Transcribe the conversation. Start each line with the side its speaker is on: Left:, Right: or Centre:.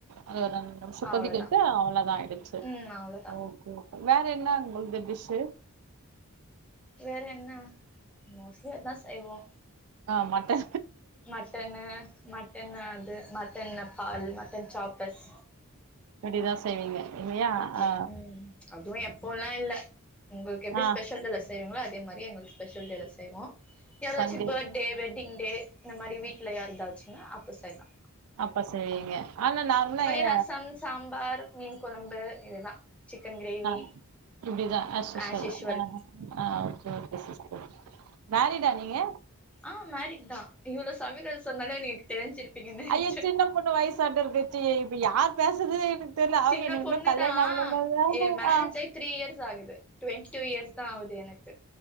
Right: அது ரெண்டு நிமிஷோ
Centre: அவ்ளோதா
Right: கொதிக்கவிட்டு அவ்ளோதா ஆயிடுச்சு
Centre: ம் அவ்ளோதா
Right: ம் வேற என்னா உங்குள்து டிஷ்ஷூ
Centre: வேற என்னா மோஸ்ட்லி அதா செய்வோ
Right: ஆ மட்டோ
Centre: மட்டன்னு மட்டன் அது மட்டன்ல பால் மட்டன் சாப்பஸ்
Right: இப்டிதா செய்வீங்க இல்லையா
Centre: ஓகே
Right: ஆ
Centre: ம் அதுவூ எப்போவ்ல்லா இல்ல உங்களுக்கு எப்டி
Right: ஆ
Centre: ஸ்பெஷல் டேலெ செய்வீங்ளோ அதே மாரி எங்களுக் ஸ்பெஷல் டேவ்ல செய்வோ யாராச்சு
Right: Sunday
Centre: birthday wedding day இந்த மாரி வீட்ல யார்தாச்சுன்னா அப்ப செய்லா
Right: அப்ப செய்வீங்க ஆனா நார்மலா ஏ
Centre: ரசம் சாம்பார் மீன் கொழம்பு இதுதா சிக்கன் கிரேவி
Right: ஆ இப்டிதா ஆஸ்யூஷ்வல்
Centre: ஆஸ் யூஷ்வல்
Right: தா ஆ ஆ செரிங்க சிஸ்டர் மேரிடா நீங்க
Centre: ஆ மேரிட் தா இவ்ளோ சமைக்கறது சொன்னோ இல்ல நீங்க தெரிஞ்சிருப்பீங்கன்னு நெனச்சோ
Right: ஐயோ சின்ன பொண்ணு வாய்ஸ் சட்டர் பேச்சி இப்ப யார் பேசுறது எனக்கு தெரில அவ
Centre: சின்ன
Right: என்ன இன்னூ
Centre: பொண்ணுதா
Right: கல்யாணோ ஆவலன் சொல்றா
Centre: ஏ மேரேஜ் ஆயி த்ரீ இயர்ஸ் ஆகுது டுவெண்ட்டி டூ இயர்ஸ் தா ஆவுது எனக்கு